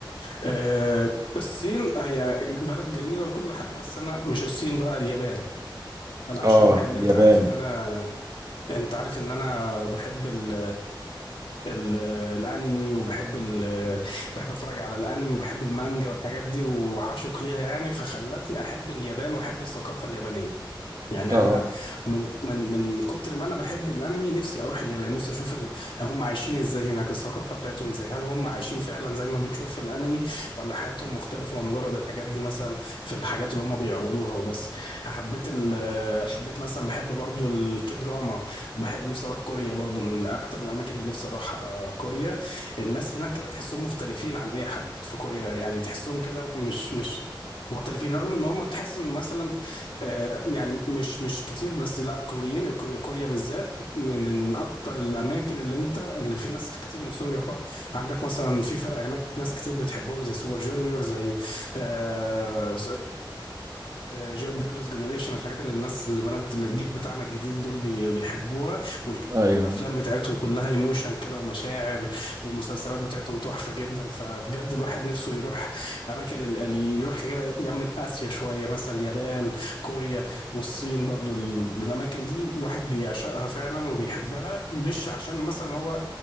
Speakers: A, on the left; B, on the right.
A: آه، الصين هي بلد جميلة وكل حاجة بس أنا مش الصين بقى اليابان أنا عشان
B: اه
A: بحب
B: اليابان
A: أنت عارف إن أنا أنت عارف إن أنا بحب ال ال الأنمي وبحب ال بحب أتفرج على الأنمي وبحب المانجا والحاجات دي وعاشق ليها يعني فخلتني أحب اليابان وأحب الثقافة اليابانية يعني
B: اه
A: انا من من من كتر ما انا بحب الانمي نفسي اروح اليابان نفسي اشوف ال... هم عايشين ازاي هناك الثقافه بتاعتهم ازاي هل هم عايشين فعلا زي ما بنشوف في الانمي ولا حياتهم مختلفه ومجرد الحاجات دي مثلا في الحاجات اللي هم بيعرضوها وبس حبيت ال... حبيت مثلا بحب برضو الكدراما بحب نفسي اروح كوريا برضو من اكتر الاماكن اللي نفسي اروحها كوريا الناس هناك كده تحسهم مختلفين عن اي حد في كوريا يعني تحسهم كده مش مش مختلفين رغم ان هم تحس ان مثلا آه، يعني مش مش كتير بس لا كوريين كوريا كوريا بالذات من من اكتر الاماكن اللي انت اللي في ناس كتير نفسهم يروحوها عندك مثلا في فرق هناك ناس كتير بتحبهم زي سوبر جونيور زي آه، جيرلز جنريشن الحاجات اللي الناس اللي بنات اللي الجيل بتاعنا الجديد دول بي- بيحبوها والكي دراما
B: ايوه
A: والافلام بتاعتهم كلها ايموشن كده ومشاعر والمسلسلات بتاعتهم تحفه جدا فبجد الواحد نفسه يروح اماكن ال- ال- يروح كده يمة اسيا شويه مثلا اليابان كوريا والصين برضو ال- الاماكن دي الواحد بيعشقها فعلا وبيحبها مش عشان مثلا هو